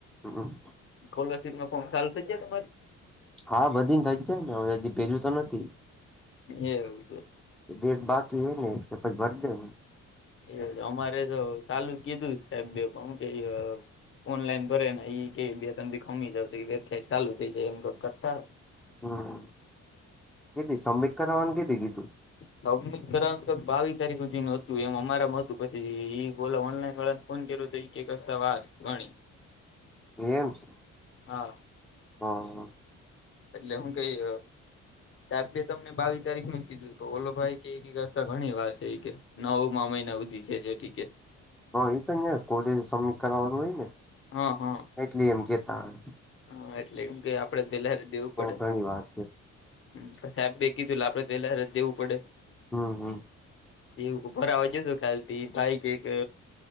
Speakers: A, in the centre; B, on the left.
A: હમ
B: કોલરશીપ ના ફોર્મ ચાલુ થઈ ગયા તમારી
A: હા બધી ને થઈ જાય ને હવે હજી પેરયુ તો નથી
B: એવું છે.
A: ડેટ બાકી એ ને કે પછ ભર દે હું
B: એ અમારે તો ચાલું કીધું સાહેબ બે ફોમ દઈ ગયા ઓનલાઈન ભરે ને ઈ કે બે તથી કમી વેબસાયટ ચાલુ થઈ જાય એમ કરતા
A: હમ કીધી સબમિટ કરવાનું કીતી કીધું
B: <unintelligible> કરાવ તો બાવી તારીખ સુધી ન હતું એમ મારા મો હતું પછી એ બોલો ઓનલાઈન વાળાને ફોન કર્યો તો એક એક રસ્તા વાર ગણી
A: એમ છે.
B: હા
A: હા હા
B: એટલે હું કઈ જાતે તમને બાવીસ તારીખ નુ જ કીધું ઓલો ભાઈ કે રસ્તા ઘણી વાર છે એ કે નવ મામિના હુઘી છે જે ડીકે
A: હ એ તો નયા કોલેજ સમીકવાનું હોય ને
B: હા હા
A: એટલી એમ કેતા હ
B: હા એટલે એમ કે આપડે વેલારે દેવું પડે
A: ઘણી વાર છે
B: પછી સાહેબ બે કીધું આપડે પેલા દેવું પડે
A: હા હા
B: બે ઉપર આવાજે છે ખાલતી બાઈક એક